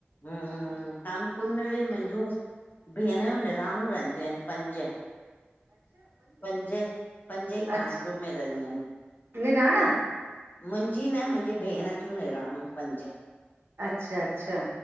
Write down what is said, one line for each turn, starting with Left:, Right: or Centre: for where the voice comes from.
Left: हम्म, कानपुर में बी मुंहिंजूं, भेण जूं निणानूं रहंदियूं आहिनि, पंज। पंज, पंज
Right: अच्छा
Left: ई कानपुर में रहंदियूं आहिनि।
Right: निराणा
Left: मुंहिंजी न, मुंहिंजी भेण जूं निणानूं पंज।
Right: अच्छा अच्छा।